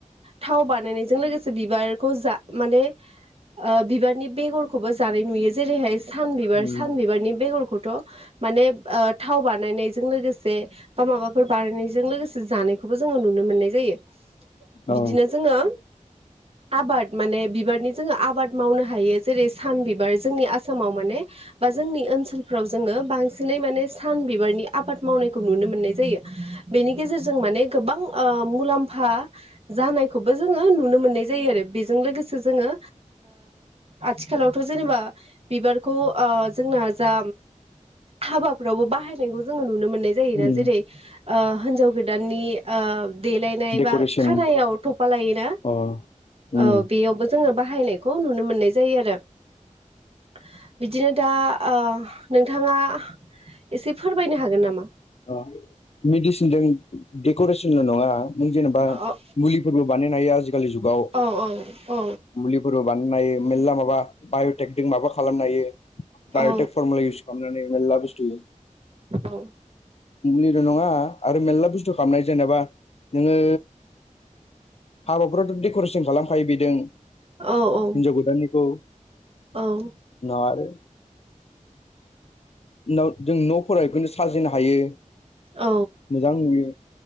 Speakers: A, on the right; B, on the left.
A: थाव बानायनायजों लोगोसे बिबारखौ जा माने बिबारनि बेगरखौबो जानाय नुयो जेरैहाय सानबिबार
B: उम
A: सानबिबारनि बेगरखौथ‌ माने थाव बानायनायजों लोगोसे बा माबाफोर लोगोसे जानायखौबो जोङो नुनो मोननाय जायो
B: औ
A: बिदिनो जोङो आबाद माने बिबारनि जोङो आबाद मावनो हायो जेरै सान बिबार जोंनि आसामाव माने बा जोंनि ओनसोलफ्राव जोङो बांसिनै माने सान बिबारनि आबाद मावनायखौ नुनो मोननाय जायो। बेनि गेजेरजों माने गोबां ओ मुलाम्फा जानायखौबो जोङो नुनो मोननाय जायो आरो बेजों लोगोसे जोङो आथिखालावथ जेनेबा बिबारखौ जोंना जा हाबाफ्रावबो बाहायनायखौ जोङो नुनो मोननाय जायोना
B: उम
A: जेरै ओ हिन्जाव गोदाननि ओ देलायनाय
B: डेक'रेसन
A: बा खानायाव थफा लायोना?
B: अ उम
A: औ बेयावबो जोङो बाहायनायखौ नुनो मोननाय जायो आरो। <inaudible> बिदिनो दा नोंथाङा एसे फोरमायनो हागोन नामा?
B: अ मिडसिनदों डेकरेसनल नङा नों जेनेबा
A: औ
B: मुलिफोरबो बानायनो हायो आजिखालि जुगाव
A: औ औ औ
B: मुलिफोरबो बानाय नो हायो मेरला माबा बायटेकनिक माबा खालामनो हायो। बायटेक
A: औ
B: फर्मुला इउस खालाम मेलला बुस्टु
A: औ।
B: मुलिल' नङा आरो मेलला बुस्थु खालामनाय जेनेबा नोङो हाबाफोरावथ‌ डेकरेसन खालामखायो बेदों हिनजाव
A: औ औ
B: गदाननिखौ <inaudible>
A: औ
B: उनाव आरो उनाव जों नफोराव इखौनो साजिनो हायो।
A: औ
B: मोजां नुयो